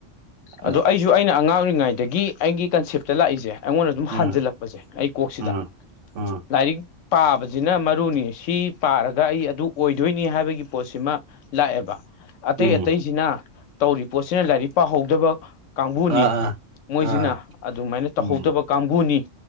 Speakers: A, on the right; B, on the left.
A: ꯑꯗ
B: ꯑꯗꯣ ꯑꯩ ꯁꯨ ꯑꯩꯅ ꯑꯉꯥꯡ ꯑꯣꯏꯔꯤꯉꯩꯗꯒꯤ ꯑꯩꯒꯤ ꯀꯟꯁꯦꯞꯇ ꯂꯥꯛꯏꯁꯦ ꯑꯩꯉꯣꯟꯗ ꯑꯗꯨꯝ
A: ꯑꯥ
B: ꯍꯟꯖꯜꯂꯛꯄꯁꯦ ꯑꯩ ꯀꯣꯛꯁꯤꯗ
A: ꯑꯥ ꯑꯥ
B: ꯂꯥꯏꯔꯤꯛ ꯄꯥꯕꯁꯤꯅ ꯃꯔꯨꯅꯤ ꯁꯤ ꯄꯥꯔꯒ ꯑꯩ ꯑꯗꯨ ꯑꯣꯏꯗꯣꯏꯅꯤ ꯍꯥꯏꯕꯒꯤ ꯄꯣꯠꯁꯤꯃꯥ ꯂꯥꯛꯑꯦꯕ ꯑꯇꯩ
A: ꯎꯝ
B: ꯑꯇꯩꯁꯤꯅ ꯇꯧꯔꯤ ꯄꯣꯠꯁꯤꯅ ꯂꯥꯏꯔꯤꯛ ꯄꯥꯍꯧꯗꯕ ꯀꯥꯡꯕꯨꯅꯤ
A: ꯑꯥ ꯑꯥ
B: ꯃꯣꯏꯁꯤꯅ
A: ꯑꯥ
B: ꯑꯗꯨꯃꯥꯏꯅ ꯇꯧꯍꯧꯗꯕ
A: ꯎꯝ
B: ꯀꯥꯡꯕꯨꯅꯤ